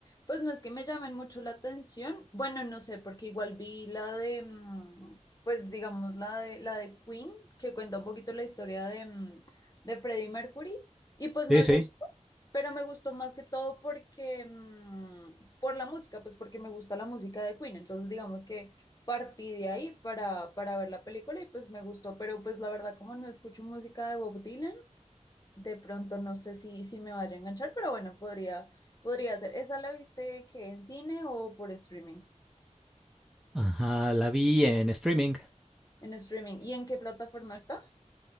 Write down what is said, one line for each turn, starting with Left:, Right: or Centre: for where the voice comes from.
Left: pues no es que me llamen mucho la atención. Bueno, no sé, porque igual vi la de, mm, pues digamos la de, la de Queen, que cuenta un poquito la historia de, mm, de Freddie Mercury, y pues
Centre: Sí,
Left: me
Centre: sí.
Left: gustó, pero me gustó más que todo porque, mm, por la música, pues porque me gusta la música de Queen. Entonces, digamos que partí de ahí para, para ver la película y pues me gustó, pero pues la verdad como no escucho música de Bob Dylan, de pronto no sé si, si me vaya a enganchar, pero bueno, podría, podría ser. ¿Esa la viste que en cine o por streaming?
Centre: Ajá, la vi en streaming,
Left: En streaming. ¿Y en qué plataforma está?